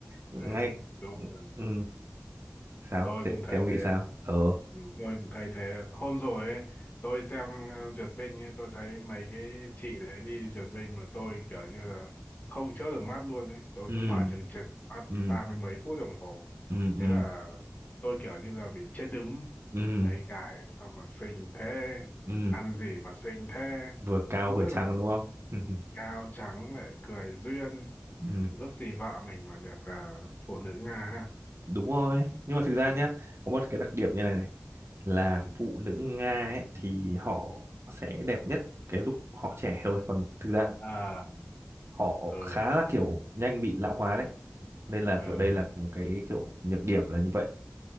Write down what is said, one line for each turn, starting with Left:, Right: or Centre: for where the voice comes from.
Right: ngay
Left: đấy đúng rồi
Right: ừ, sao
Left: tôi
Right: thế,
Left: cũng thay
Right: thế ông nghĩ
Left: thế
Right: sao ờ
Left: Ừ, tôi cũng thay thế hôm rồi ấy, tôi xem ờ, duyệt binh ấy, tôi thấy mấy cái chị đấy đi duyệt binh mà tôi kiểu như là không chớp được mắt luôn ấy tôi
Right: ừ
Left: cứ mở chừng chừng mắt
Right: ừ
Left: ba mươi mấy phút đồng hồ
Right: ừ ừ
Left: thế là tôi kiểu như là bị chết đứng
Right: ừ
Left: thấy gái sao mà xinh thế
Right: ừ
Left: ăn gì mà xinh thế
Right: vừa cao
Left: không
Right: vừa
Left: biết
Right: trắng
Left: là
Right: đúng không <laughs>
Left: cao trắng lại cười duyên
Right: Ừ,
Left: ước gì vợ mình mà được à, phụ nữ Nga ha
Right: đúng rồi nhưng mà thực ra nhé có một cái đặc điểm như này này là
Left: ừ.
Right: phụ nữ Nga ấy, thì họ sẽ đẹp nhất cái lúc họ trẻ thôi còn thực ra
Left: à
Right: họ
Left: ờ
Right: khá là kiểu nhanh bị lão hóa đấy nên là
Left: ờ,
Right: kiểu đây là một cái kiểu nhược điểm là như vậy